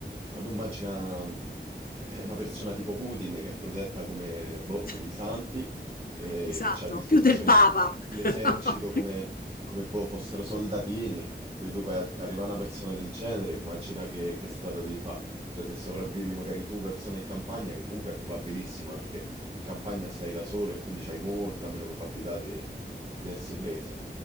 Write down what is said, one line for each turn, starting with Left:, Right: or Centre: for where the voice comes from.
Right: Ma tu immagina mm, eh, una persona tipo Putin che è protetta come boh,
Left: <laughs>
Right: i santi e
Left: Esatto,
Right: che ha a disposizione
Left: più del Papa.
Right: l'esercito
Left: <laughs>
Right: come, come, boh, fossero soldatini. Quindi tu per, per arrivare a una persona del genere, immagina che, che strada devi fare. Cioè, se sopravvivi magari tu persona in campagna, che comunque è probabilissima perché in campagna stai da solo e quindi hai molta meno probabilità di, di essere preso.